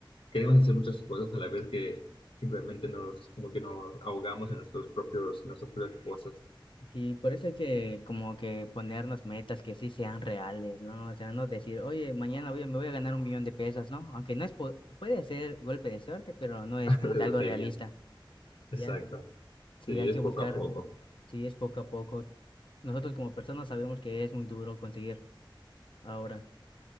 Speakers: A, on the left; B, on the left.
A: queremos hacer muchas cosas a la vez que simplemente nos, como que nos ahogamos en nuestros propios, en nuestras propias cosas,
B: Y por eso hay que como que ponernos metas que sí sean reales, ¿no? O sea, no decir, oye, mañana voy a- me voy a ganar un millón de pesos, ¿no? Aunque no es, po- puede ser golpe de suerte, pero no es
A: <laughs>
B: como que
A: de
B: algo
A: lotería.
B: realista,
A: Exacto.
B: ¿ya? Sí,
A: Sí,
B: hay
A: es
B: que
A: poco
B: buscar
A: a poco.
B: Sí, es poco a poco. Nosotros como personas sabemos que es muy duro conseguir ahora.